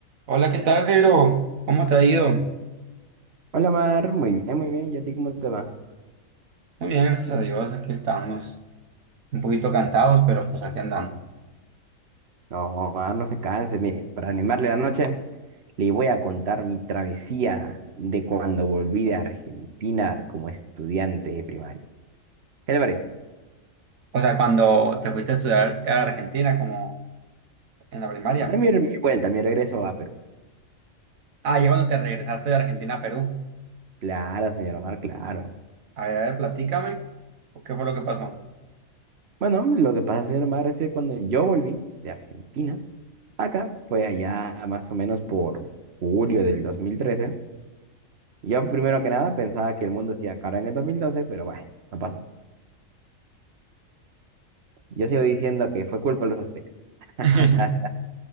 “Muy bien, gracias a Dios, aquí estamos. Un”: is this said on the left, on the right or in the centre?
Right